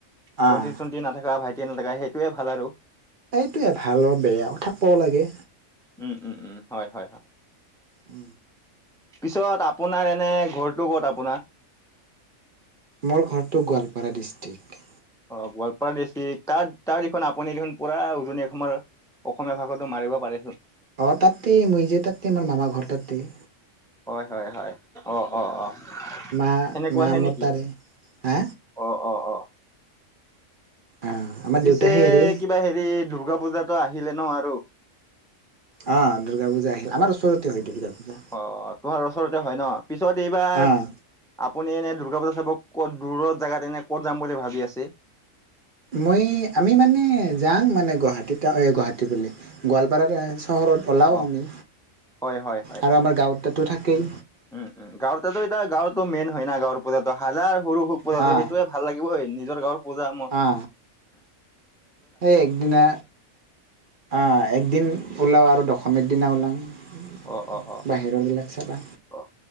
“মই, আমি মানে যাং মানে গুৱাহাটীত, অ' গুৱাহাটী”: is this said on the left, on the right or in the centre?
Right